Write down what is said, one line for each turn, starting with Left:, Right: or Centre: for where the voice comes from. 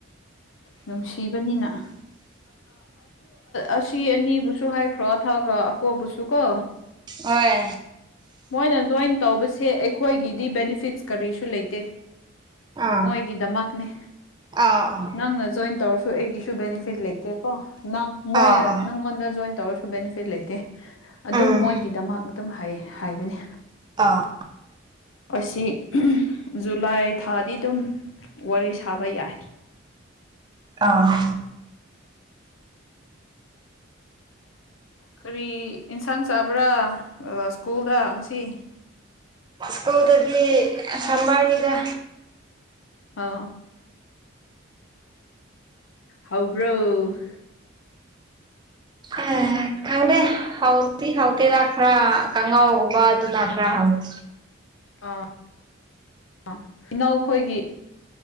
Left: ꯅꯨꯡꯁꯤꯕꯅꯤꯅ ꯑꯁꯤ ꯑꯅꯤꯕꯨꯁꯨ ꯍꯥꯏꯈ꯭ꯔꯣ ꯑꯊꯛꯒ ꯑꯀꯣꯕꯨꯁꯨ ꯀꯣ
Right: ꯍꯣꯏ
Left: ꯃꯣꯏꯅ ꯖꯣꯏꯟ ꯇꯧꯕꯁꯦ ꯑꯩꯈꯣꯏꯒꯤ ꯀ
Right: ꯑꯥ
Left: ꯒꯤꯗꯃꯛꯅꯦ
Right: ꯑꯥ
Left: ꯅꯪꯅ ꯖꯣꯏꯟ ꯇꯧꯔꯁꯨ ꯑꯩꯒꯤꯁꯨ ꯕꯦꯅꯤꯐꯤꯠ ꯂꯩꯇꯦꯀꯣ ꯅꯪ ꯃꯣꯏꯅ
Right: ꯑꯥ ꯑꯥ ꯑꯥ
Left: ꯅꯪꯉꯣꯟꯗ ꯖꯣꯏꯟ ꯇꯧꯔꯁꯨ ꯕꯦꯅꯤꯐꯤꯠ ꯂꯩꯇꯦ ꯑꯗꯨꯝ
Right: ꯎꯝ
Left: ꯃꯣꯏꯒꯤꯗꯃꯛ ꯑꯗꯨꯝ ꯍꯥꯏ ꯍꯥꯏꯕꯅꯤ
Right: ꯑꯥ
Left: ꯑꯁꯤ ꯖꯨꯂꯥꯏ ꯊꯥꯗꯤ ꯑꯗꯨꯝ ꯋꯥꯔꯤ ꯁꯥꯕ ꯌꯥꯏ
Right: ꯑꯥ
Left: ꯀꯔꯤ ꯏꯟꯁꯥꯡ ꯆꯥꯕ꯭ꯔꯥ ꯁ꯭ꯀꯨꯜꯗ ꯉꯁꯤ
Right: ꯁ꯭ꯀꯨꯜꯗꯒꯤ ꯁꯕꯥꯔꯅꯤꯗ
Left: ꯑ ꯍꯥꯎꯕ꯭ꯔꯣ
Right: ꯑ ꯈꯪꯗꯦ ꯍꯥꯎ ꯑꯩ ꯍꯧꯒꯦꯅ ꯈꯔ ꯀꯉꯥꯎꯒꯨꯝꯕ ꯑꯗꯨꯅ ꯈꯔ ꯍꯧꯏ
Left: ꯑꯥ ꯑ ꯏꯩꯅꯧꯈꯣꯏꯒꯤ